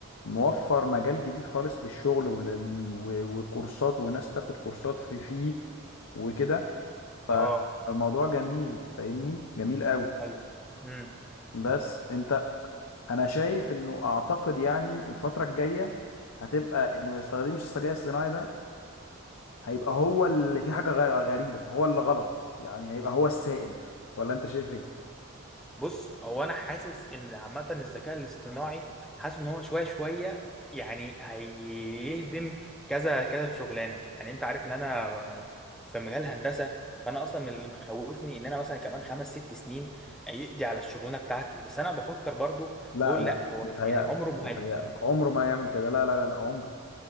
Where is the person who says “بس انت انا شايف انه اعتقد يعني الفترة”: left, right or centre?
Left